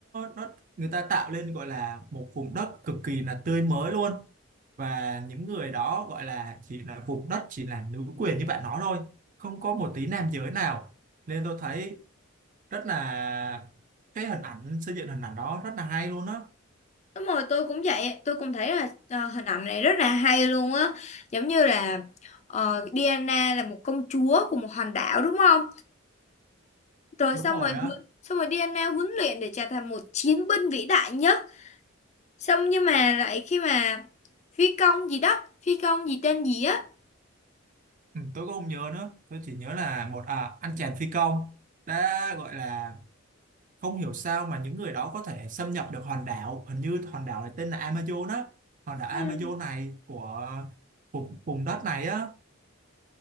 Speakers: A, on the right; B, on the left.
A: nó người ta tạo lên gọi là một vùng đất cực kỳ là tươi mới luôn và những người đó gọi là chỉ là vùng đất chỉ là nữ quyền như bạn nói thôi không có một tí nam giới nào nên tôi thấy rất là cái hình ảnh xây dựng hình ảnh đó rất là hay luôn á
B: Đúng rồi, tôi cũng vậy, tôi cũng thấy là ờ, hình ảnh này rất là hay luôn á, giống như là ờ, Diana là một công chúa của một hòn đảo đúng không? Rồi
A: đúng
B: xong
A: rồi
B: rồi huấn-
A: á
B: xong rồi Diana huấn luyện để trở thành một chiến binh vĩ đại nhất. Xong nhưng mà lại khi mà phi công gì đó, phi công gì tên gì á,
A: Ừ, tôi cũng không nhớ nữa tôi chỉ nhớ là một à, anh chàng phi công đã gọi là không hiểu sao mà những người đó có thể xâm nhập được hòn đảo hình như hòn đảo này tên là Amazon á hòn đảo
B: ừ.
A: Amazon này của vùng vùng đất này á